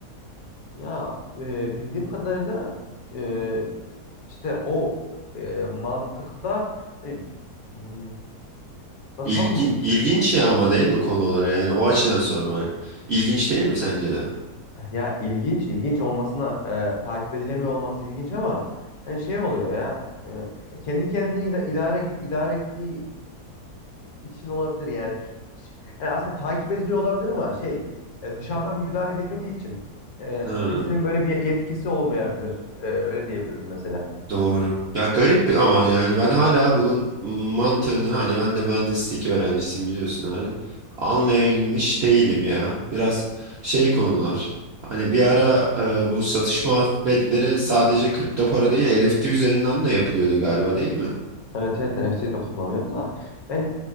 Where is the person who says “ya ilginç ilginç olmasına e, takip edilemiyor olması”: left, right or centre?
Left